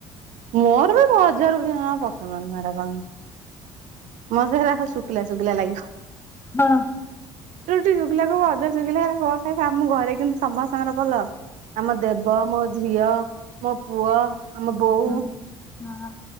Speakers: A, on the right (about 55°); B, on the left (about 15°).
A: ମୋର ବି ବଜାରରୁ କିଣିବା ପସନ୍ଦ ନୁହଁ ହେରା କଣ। ମତେ ହେରା ଖାଲି ଶୁଖିଲା ଶୁଖିଲା ଲାଗିବ।
B: ଅଃ।
A: ରୁଟି ଶୁଖିଲା କୁ ଭଜା ଶୁଖିଲା ହେରା କଣ ଖାଇବୁ, ଆମ ଘରେ କିନ୍ତୁ ସମସ୍ତଙ୍କର ଭଲ। ଆମ ଦେବ, ମୋ ଝିଅ, ମୋ ପୁଅ ଆମ ବୋଉ
B: ହୁଁ ହଁ।